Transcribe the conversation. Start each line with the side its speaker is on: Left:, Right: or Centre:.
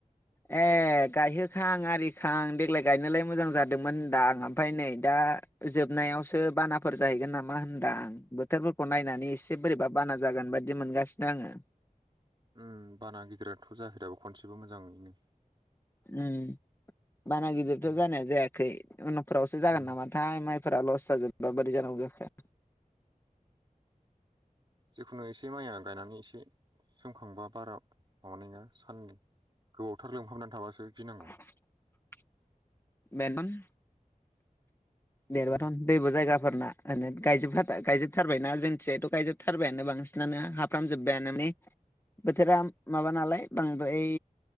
Left: ए गायहोखां आरिखां देग्लाय गायनोलाय मोजां जादोंमोन होनदा आं ओमफ्राय नै दा जोबनायावसो बानाफोर जाहैगोन नामा होनदां। बोथोरफोरखौ नायनानै एसे बोरैबा बाना जागोन बायदि मोनगासिनो आङो।
Right: उम बाना गिदिराथ' जायाखै दाबो खनसेबो मोजाङैनो।
Left: उम बाना गिदिरथ'
Right: उम
Left: जानाया जायाखै उन'फोरावसो जागोन
Right: उम
Left: नामा। थाइ माइफोरा लस जाजोबबा बोरै जानांगौजाखो।
Right: जिखुनु एसे माइया गायनानै एसे सोमखांबा बारा माबानाय नङा साननि गोबावथार लोंमहाबनानै थाबासो गिनांगौ।
Left: <inaudible> बेेनथन देर
Right: उम
Left: बाथ' दैबो जायगाफोरना गायजोब गायजोबथारबायना जोंथियाथ' गायजोबथारबायानो बांसिनानो हाब फ्रामजोब्बायानो मे बोथोरा माबा नालाय बांद्राय